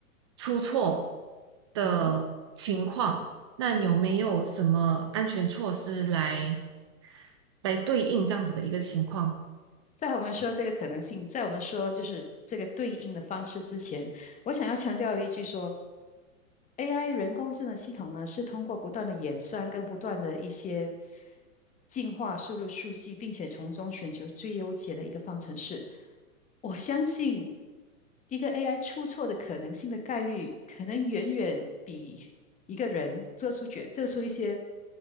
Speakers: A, on the right; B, on the left.
A: 出错的情况。
B: 嗯哼。
A: 那你有没有什么安全措施来来对应这样子的一个情况？
B: 在我们说这个可能性，在我们说就是这个对应的方式之前，我想要强调的一句说，AI 人工智能系统呢是通过不断的演算跟不断的一些进化输入数据，并且从中寻求最优解的一个方程式。我相信一个 AI 出错的可能性的概率，可能远远比一个人做出决做出一些